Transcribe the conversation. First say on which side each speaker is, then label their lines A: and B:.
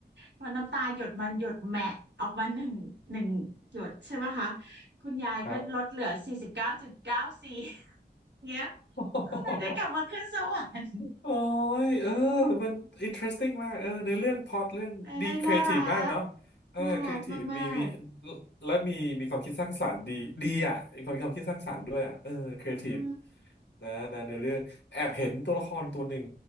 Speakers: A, on the right (about 75°); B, on the left (about 75°).
A: พอน้ำตาหยดมันหยดแหมะออกมาหนึ่งหนึ่งหยดใช่ไหมคะคุณยายก็ลดเหลือสี่สิบเก้าจุดเก้าสี่
B: ครั
A: เงี้ย
B: บ
A: ก็เลยได้กลับมาขึ้นสวรรค์
B: โอ้ยเออมัน interesting มากเออในอเรื่องพล็อตเรื่องดีครีเอทีฟมากเนาะ
A: ในเรื่องน่ารัก
B: เออครีเอทีฟมีมี
A: น่ารักมาก
B: และมีมีความคิดสร้างสรรค์ดีดีอ่ะมีความความคิดสร้างสรรค์ด้วยอ่ะเออครีเอทีฟ
A: ๆใช่
B: นะนะในเรื่องแอบเห็นตัวละครตัวหนึ่ง